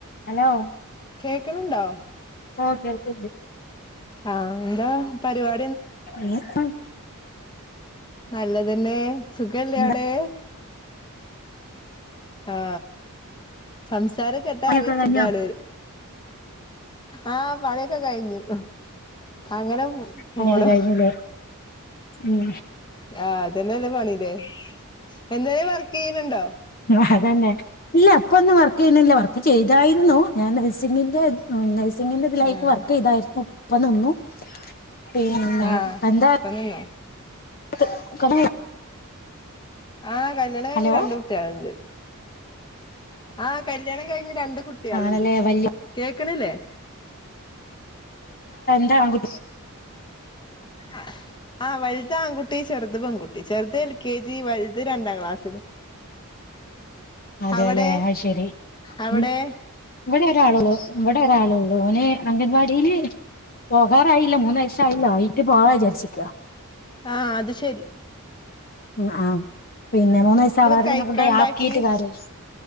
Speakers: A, on the left; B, on the left.
A: Hello
B: കേക്ക്ണുണ്ടോ
A: ഓ കേൾക്ക്ണ്ട്
B: ആ എന്താ പരിവാ
A: <unintelligible>
B: നല്ലതന്നെ സുഖല്ലേ
A: എന്താ
B: അവടെ ആ സംസാരം കേട്ടാ
A: പണിയൊക്കെ
B: അറിയാം
A: കഴിഞ്ഞോ
B: സുഖാണ് ആ പണിയൊക്കെ കഴിഞ്ഞു അങ്ങനെ പോണു
A: പണിയൊക്കെ കഴിഞ്ഞില്ലേ ഉം
B: ആ അതന്നെല്ല പണില്ലേ എന്തേലും വർക്കിയ്യ്ണ് ണ്ടോ
A: അത് തന്നെ ഇല്ല ഇപ്പൊന്നും വർക്ക് ചെയ്യ്ന്നില്ല വർക്ക് ചെയ്തായ്ര്ന്നു ഞാൻ നഴ്സിംഗിന്റെ സിങ്ങിന്റെ
B: ഉം
A: ഇതിലായിട്ട് വർക്ക് ചെയ്താരുന്നു ഇപ്പ നിന്നു പിന്നെ
B: ആഹ്
A: എന്താ
B: ഇപ്പ നിന്നോ
A: <unintelligible>
B: ആ കല്യാണം കഴിഞ്ഞ്
A: ഹലോ
B: രണ്ട് കുട്ടികള്ണ്ട് ആ കല്യാണം കഴിഞ്ഞ് രണ്ട് കുട്ടികള്ണ്ട്
A: ആണല്ലേ വല്യ
B: കേക്ക്ണില്ലേ
A: ണ്ട് ആൺകു
B: ആ ആ വല്ത് ആൺകുട്ടി ചെറുത് പെൺകുട്ടി ചെറുത് എൽ കെ ജി വല് ത് രണ്ടാം ക്ലാസ്സില്
A: അതെല്ലെ
B: അവിടെ
A: ആയ് ശെരി
B: അവിടെ
A: ഉം ഇവടെ ഒരാളേള്ളു ഇവടെ ഒരാളേള്ളു ഓന് അംഗൻവാടില് പോകാറായില്ല മൂന്ന് വൈയ്സ് ആയില്ല ആയിട്ട് പോവാ വിചാരിക്ക്കാ
B: ആാ അത് ശെരി
A: ഉംആ പിന്നെ മൂന്ന് വയസാവാതെ
B: കഴിക്കാണ്ടാക്കി
A: പിന്നെ കൊണ്ടോയി ആക്കീട്ട് കാര്യല്ലാ